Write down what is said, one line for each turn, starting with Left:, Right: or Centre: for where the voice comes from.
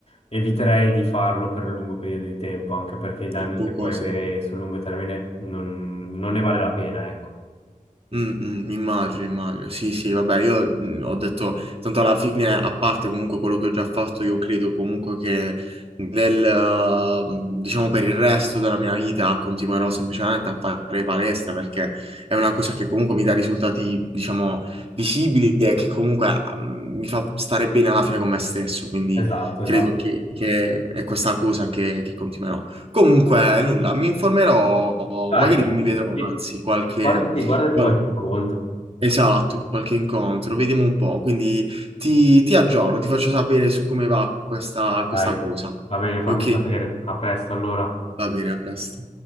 Left: eviterei di farlo per un lungo periodo di tempo, anche perché i danni
Right: un po'
Left: che
Right: così.
Left: puoi avere sul lungo termine non, non ne vale la pena, ecco.
Right: Mm, mm, immagino, immagino. Sì, sì, vabbè, io mm, ho detto, tanto alla fine, a parte comunque quello che ho già fatto, io credo comunque che nel, eh, diciamo, per il resto della mia vita continuerò semplicemente a fare palestra perché è una cosa che comunque mi dà risultati, diciamo, visibili e che comunque mm, mi fa stare bene alla fine con me stesso, quindi
Left: Esatto,
Right: credo
Left: esatto.
Right: che, che è questa cosa che, che continuerò. Comunque, nulla, mi informerò,
Left: Dai,
Right: magari mi vedrò,
Left: sì,
Right: anzi, qualche...
Left: guardati, guardati
Right: Qual-
Left: qualche incontro.
Right: Esatto, qualche incontro, vediamo un po'. Quindi ti, ti aggiorno, ti faccio sapere su come va questa,
Left: Dai,
Right: questa cosa.
Left: va bene, fammi
Right: Ok,
Left: sapere. A presto allora.
Right: va bene, a presto.